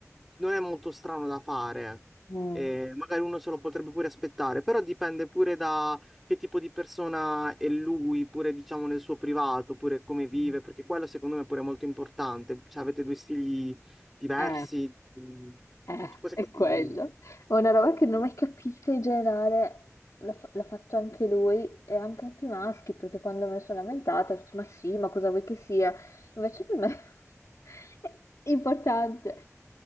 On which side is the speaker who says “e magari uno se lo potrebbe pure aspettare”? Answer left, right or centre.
Centre